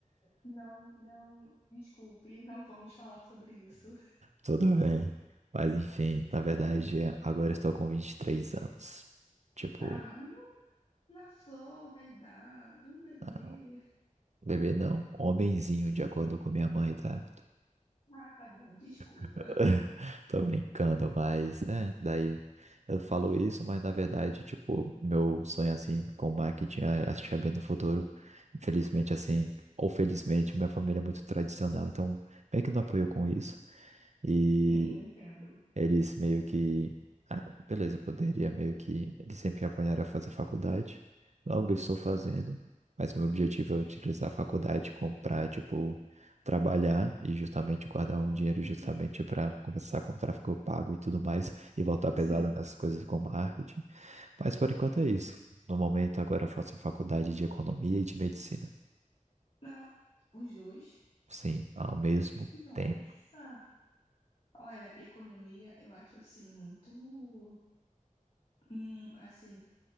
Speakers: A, on the left; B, on the right.
A: não, não, desculpe, não vamos falar sobre isso.
B: Tudo bem. Mas enfim, na verdade, é- agora eu estou com 23 anos. Tipo,
A: Tá, no- na flor da idade, um bebê.
B: não, bebê não, homenzinho, de acordo com minha mãe, tá?
A: Ah, tá bom, desculpa.
B: <laughs> Tô brincando, mas é, daí eu falo isso, mas na verdade, tipo, meu sonho assim com marketing, a- acho que é bem no futuro. Infelizmente, assim, ou felizmente, minha família é muito tradicional, então meio que não apoio com
A: Uhum.
B: isso. e
A: Sim, eu entendo.
B: Eles meio que. Ah, beleza, eu poderia meio que. Eles sempre me apanharam a fazer faculdade. Logo eu estou fazendo. Mas meu objetivo é utilizar a faculdade, comprar, tipo, trabalhar e justamente guardar um dinheiro
A: Uhum,
B: justamente para começar com tráfego pago e tudo mais e voltar pesado
A: Sim.
B: nessas coisas com marketing. Mas por enquanto é isso. No momento agora eu faço faculdade de economia e de medicina.
A: Não, os dois.
B: Sim, ao mesmo
A: Nossa.
B: tempo.
A: Olha, economia eu acho assim muito, hum, assim,